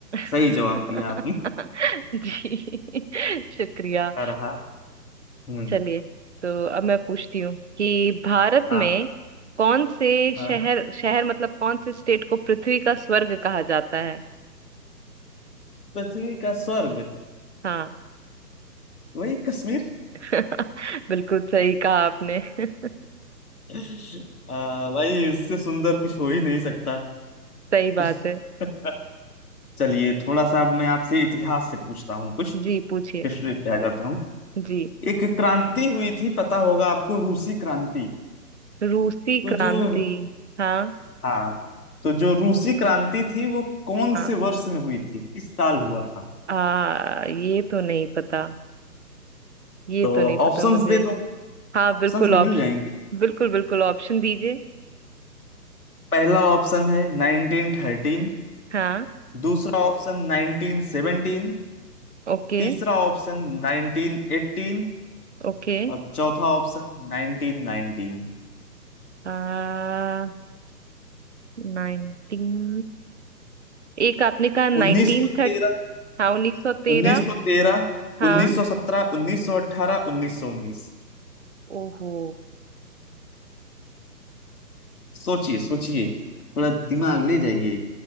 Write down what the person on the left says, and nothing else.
सही
जवाब दिया आपने
रहा हम्म
हाँ
हाँ
पृथ्वी का स्वर्ग
वही कश्मीर
<laughs> आ, भाई उससे सुंदर कुछ हो ही नहीं सकता
<laughs>
चलिए थोड़ा सा अब मैं आपसे इतिहास से पूछता हूँ कुछ
हिस्ट्री पे आ जाता हूँ
एक क्रांति हुई थी पता होगा आपको रूसी क्रांति
तो
जो रू-
हाँ तो जो रूसी क्रांति थी वो कौन
से वर्ष में हुई थी किस साल हुआ था
तो
ऑप्शंस
दे दो
ऑप्शंस
भी
मिल जाएंगे
पहला ऑप्शन है 1913
दूसरा ऑप्शन 1917
तीसरा ऑप्शन 1918
और चौथा ऑप्शन 1919
1913
1913
1917 1918 1919
सोचिए सोचिए थोड़ा दिमाग ले जाइए